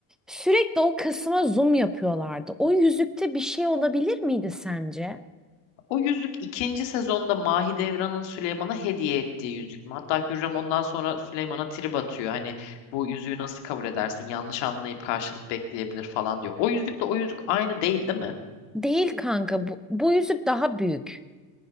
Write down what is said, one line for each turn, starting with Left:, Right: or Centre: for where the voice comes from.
Centre: Sürekli o kısma zoom yapıyorlardı. O yüzükte bir şey olabilir miydi sence?
Left: O yüzük ikinci sezonda Mahidevran'ın Süleyman'a hediye ettiği yüzük mü? Hatta Hürrem ondan sonra Süleyman'a trip atıyor. Hani bu yüzüğü nasıl kabul edersin? Yanlış anlayıp karşılık bekleyebilir falan diyor. O yüzükle o yüzük aynı değil değil mi?
Centre: Değil kanka. Bu, bu yüzük daha büyük.